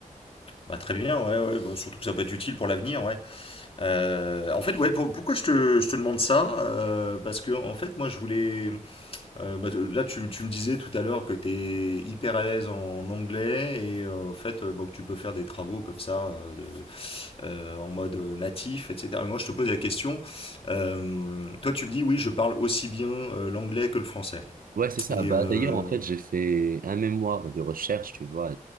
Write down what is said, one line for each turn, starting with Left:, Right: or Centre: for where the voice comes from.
Left: Bah très bien, ouais, ouais, bah, surtout que ça peut être utile pour l'avenir, ouais. Euh, en fait, ouais, pour- pourquoi je te, je te demande ça? Euh, parce que, en fait, moi, je voulais, Euh, bah, là, tu, tu me disais tout à l'heure que tu es hyper à l'aise en anglais et euh, en fait euh, bon, que tu peux faire des travaux comme ça euh, de- euh, en mode natif, etc. Mais moi, je te pose la question. euh, toi, tu me dis oui, je parle aussi bien euh, l'anglais que le français.
Right: Ouais, c'est ça.
Left: Et
Right: Bah,
Left: euh,
Right: d'ailleurs, en fait, j'ai fait un mémoire de recherche, tu vois,